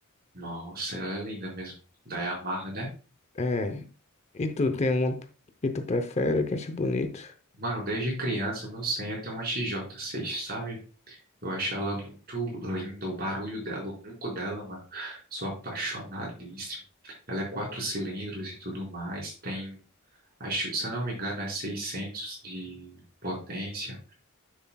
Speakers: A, on the right (about 45°); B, on the left (about 30°).
A: Nossa, ela é linda mesmo. Da Yamaha, né?
B: É. E tu tem uma que tu prefere, que acha bonito?
A: Mano, desde criança meu sonho é ter uma XJ6, sabe? Eu acho ela muito linda, o barulho dela, o ronco dela, mano. Sou apaixonadíssimo. Ela é quatro cilindros e tudo mais. Tem, acho, se eu não me engano, é 600 de potência.